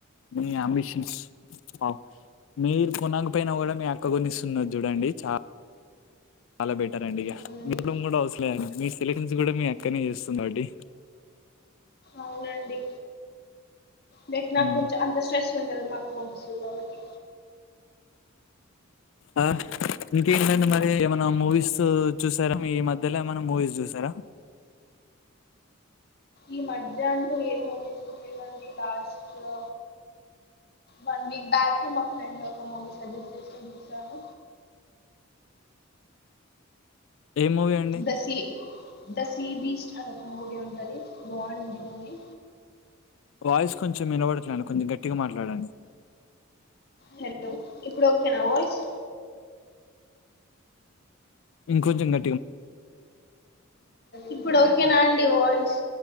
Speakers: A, on the left; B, on the left.
A: మీ అంబిషన్స్ వావ్ మీరు కొనక పోయిన కూడా మీ అక్క కొనిస్తున్నది చూడండి చా చాలా బెటర్ అండి ఇక
B: అవునండి
A: మీరు <unintelligible> కూడా అవసరం లేదండి మీ సెలెక్షన్స్ కూడా మీ అక్కనే చేస్తుందికాబట్టి
B: అవునండి బెట్ నాక్
A: హ్మ్.
B: కొంచెం అంత స్ట్రెస్ ఉండదు మా అక్క పంపిస్తుంది కాబట్టి
A: ఆ ఇంకేటండి మరి ఏమైనా మూవీస్ చూసారా మీ ఈ మధ్యలో ఏమైనా మూవీస్ చూసారా
B: ఈ మధ్య అంటు ఏ మూవీస్ చూడలేదు అండీ ఈ లాస్ట్ లో వన్ వీక్ బ్యాక్ మా ఫ్రెండ్ ఒక మూవీ సజెస్ట్ చేసింది చూసాను
A: ఏ movie um
B: దసి the sea beast అని ఒక మూవీ ఉంటది బాగుంది మూవీ
A: వాయిస్ కొంచెం వినబడటలే కొంచెం గట్టిగా మాట్లాడండి
B: హలో ఇప్పుడు ఒకేనా వాయిస్
A: ఇంకొంచెం గ
B: ఇప్పుడు ఓకేనా అండి వాయిస్